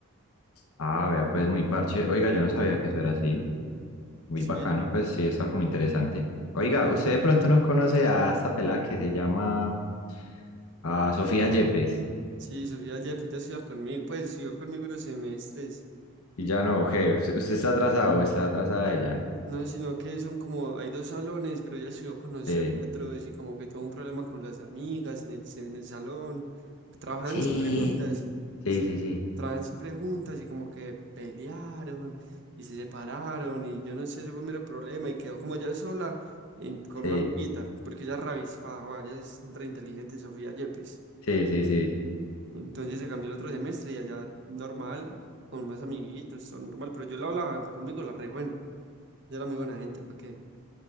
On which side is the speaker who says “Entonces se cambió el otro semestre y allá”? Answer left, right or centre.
Right